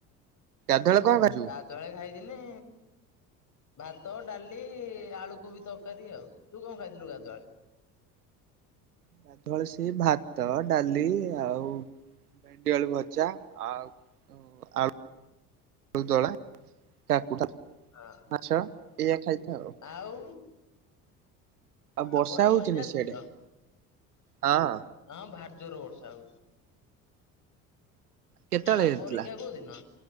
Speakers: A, on the right; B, on the left.
A: ଗାଧୂଆ ବେଳେ କଣ ଖାଇଛୁ?
B: ତଳେ ଖାଇଦିନି ଭାତ, ଡାଲି, ଆଳୁ କୋବି ତରକାରୀ ଆଉ ତୁ କଣ ଖାଇଥିଲୁ ଗାଧୁଆଳେ?
A: ଗାଧୁଆ ବେଳେ ସେଇ ଭାତ, ଡାଲି ଆଉ ଭେଣ୍ଡିଆଳୁ ଭଜା ଆଉ। ଓ ଆଳୁ ଆଳୁଦଳା କାକୁ
B: ହଁ।
A: ଆଚ୍ଛା ଏଇଆ ଖାଇଥା ଆଉ।
B: ଆଉ।
A: ବର୍ଷା
B: ଆଉ ପଢାପଢି
A: ହଉଛି
B: ଚାଲିଛି
A: ନା ସିଆଡେ?
B: ତ।
A: ହଁ
B: ହଁ ଭାରି ଜୋରେ ବର୍ଷା ହଉଚି।
A: କେତେବେଳେ
B: ଆଉ
A: ହେଇଥିଲା?
B: ପରୀକ୍ଷା କୋଉ ଦିନ?